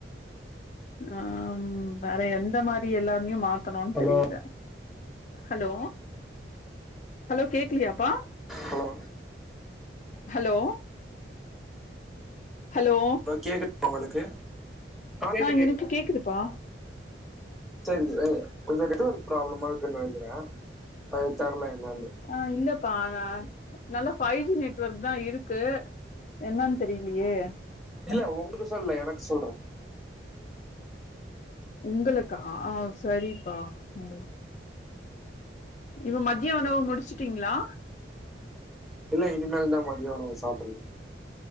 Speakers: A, on the left; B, in the centre.
A: ஆ ம் வேற எந்த மாதிரி எல்லாமையு மாத்தணும்னு
B: ஹலோ
A: தெரில ஹலோ ஹலோ கேக்கலியாப்பா
B: ஹலோ
A: ஹலோ ஹலோ
B: கேக்குதா உங்களுக்கு கேக்குது
A: ஆ
B: கேக்குது
A: எனக்கு கேக்குதுப்பா
B: சரிங்க ஆ கொஞ்சோ நெட் ஒர்க் ப்ராப்ளமா இருக்குன்னு நெனைக்கிறே அது தெர்ல என்னன்னு
A: ஆ இல்லப்பா நல்லா பைவ் ஜி நெட்வொர்க் தா இருக்கு என்னன்னு தெரியிலையே
B: இல்ல உங்களுக்கு சொல்லல எனக்கு சொல்றே
A: உங்களுக்கா ஆ சரிப்பா ம் இப்ப மத்திய உணவ முடிச்சுட்டீங்களா
B: இல்ல இனிமேல்தா மதிய உணவு சாப்பனு